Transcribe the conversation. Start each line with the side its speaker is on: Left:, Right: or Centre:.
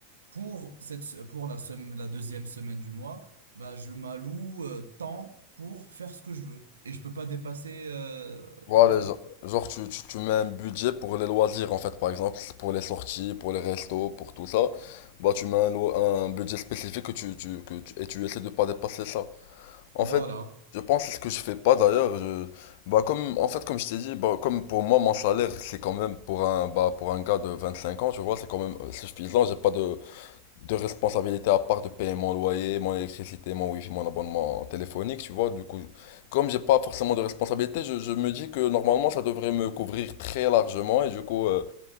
Right: pour cette, se- pour la, sem- la deuxième semaine du mois, bah, je m'alloue euh, tant pour faire ce que je veux. Et je peux pas dépasser euh,
Left: Voilà,
Right: ce truc.
Left: genre, genre, tu, tu, tu mets un budget pour les loisirs en fait, par exemple, pour les sorties, pour les restos, pour tout ça. Bah tu mets un, lo- un budget spécifique que tu, tu, que tu- et tu essaies de pas dépasser ça. En
Right: Voilà.
Left: fait, je pense que c'est ce que je fais pas d'ailleurs. Je, bah comme en fait comme je t'ai dit, bah, comme pour moi mon salaire c'est quand même pour un bah pour un gars de 25 ans, tu vois, c'est quand même euh, suffisant. J'ai pas de de responsabilité à part de payer mon loyer, mon électricité, mon wifi, mon abonnement téléphonique, tu vois. Du coup, comme j'ai pas forcément de responsabilité, je, je me dis que normalement ça devrait me couvrir très largement et du coup, euh,